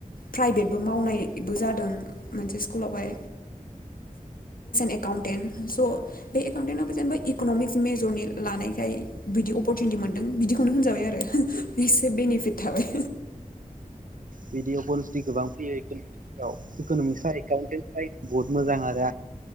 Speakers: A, on the left; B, on the right.
A: प्राइभेटबो मावनायबो जादों मोनसे स्कुलावहाय एकाउन्टेन्ट स' बे एकाउन्टेन्टाबबो जेनेबा इक'न'मिक्स मेजरनि लानायखाय बिदि अपरसुनिटि मोनदों बिदिखौनो होनजाबाय आरो एसे बेनिफिट थाबाय
B: बिदि अपरचनिटि गोबां फैयो इिव इक'नमिक्स एकाउन्टेन बहुत मोजां आरो